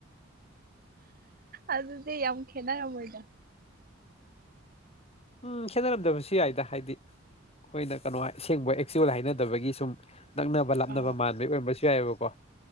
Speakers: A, on the right; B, on the left.
A: ꯑꯗꯨꯗꯤ ꯌꯥꯝ ꯈꯦꯠꯅꯔꯝꯃꯣꯏꯗ
B: ꯎꯝ ꯈꯦꯠꯅꯔꯝꯗꯕꯁꯨ ꯌꯥꯏꯗ ꯍꯥꯏꯗꯤ ꯑꯩꯈꯣꯏꯅ ꯀꯩꯅꯣ ꯑꯁꯦꯡꯕ ꯑꯦꯛꯆꯨꯋꯦꯜ ꯍꯥꯏꯅꯗꯕꯒꯤ ꯁꯨꯝ ꯅꯛꯅꯕ ꯂꯥꯞꯅꯕ
A: ꯑ
B: ꯃꯥꯟꯕꯒꯤ ꯑꯣꯏꯔꯝꯕꯁꯨ ꯌꯥꯏꯑꯕꯀꯣ